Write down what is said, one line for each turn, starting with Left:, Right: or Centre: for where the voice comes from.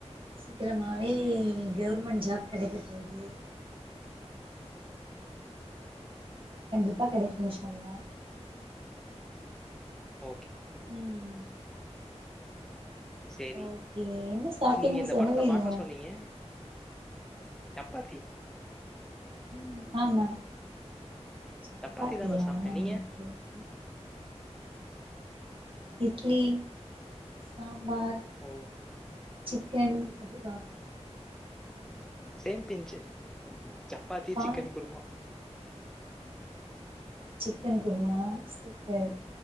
Right: சீக்கிரமாவே கெவர்மெண்ட் ஜாப் கெடைக்க போது கண்டிப்பா கெடைக்கு இன்ஷா அல்லா
Centre: ஓகேங்க
Right: ம் ம்
Centre: செரி
Right: ஓகே என்ன சாப்ட்டீங்கன்னு
Centre: நீங்க இந்த
Right: சொல்லவே
Centre: படத்த
Right: இல்ல
Centre: பாக்க சொன்னீங்க சப்பாத்தி
Right: ம் ஆமா சப்பாத்தியா
Centre: சப்பாத்தி தான் நான் சாப்பிட்டேன்
Right: ஓகோ
Centre: நீங்க
Right: ஓகே இட்லி சம்பார்
Centre: ஓ
Right: சிக்கன் அதுதா
Centre: சே பிஞ்சு சப்பாத்தி
Right: பா
Centre: சிக்கன் குருமா
Right: சிக்கன் குருமவா சூப்பர்